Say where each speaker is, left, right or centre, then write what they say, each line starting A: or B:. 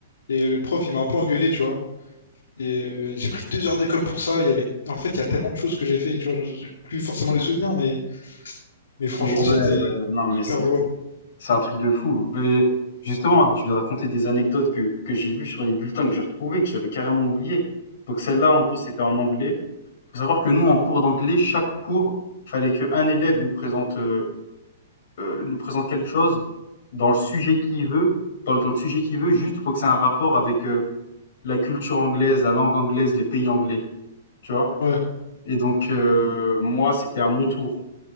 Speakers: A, on the left (about 85°); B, on the left (about 65°).
A: Et le prof il m'a un peu engueulé, tu vois. Et euh, j'ai pris deux heures de colle pour ça. Il y avait en fait il y a tellement de choses que j'ai fait, tu vois, j'ai plus forcément les souvenirs, mais mais franchement
B: Mais ouais, euh,
A: c'était
B: non, mais
A: super
B: c'est
A: drôle.
B: c'est un truc de fou. Mais justement, je vais te raconter des anecdotes que, que j'ai vues sur les bulletins que j'ai retrouvés, que j'avais carrément oublié. Donc celle-là, en gros, c'était en anglais. Faut savoir que nous, en cours d'anglais, chaque cours, fallait qu'un élève nous présente euh, euh, nous présente quelque chose dans le sujet qu'il veut, dans, le- dans le sujet qu'il veut. Juste, faut que c'est un rapport avec euh, la culture anglaise, la langue anglaise, les pays anglais, tu vois.
A: Ouais.
B: Et donc euh, moi, c'était à mon tour.